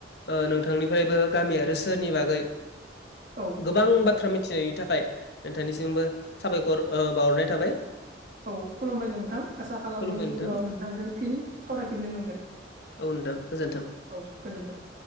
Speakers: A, on the left; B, on the right.
A: ओ नोंथांनिफ्रायबो गामि आरो सोहोरनि बागै
B: औ
A: गोबां बाथ्रा मिथिनायनि थाखाय नोंथांनिसिमबो साबायखर ओ बावहरनाय थाबाय
B: औ खुलुमबाय नोंथां आसा खालामो
A: खुलुमबाय
B: इयुनाव
A: नोंथां
B: नोंथांजों फिन सावरायफिननो मोनगोन
A: औ नोंथां गोजोन्थों।
B: औ गोजोनथों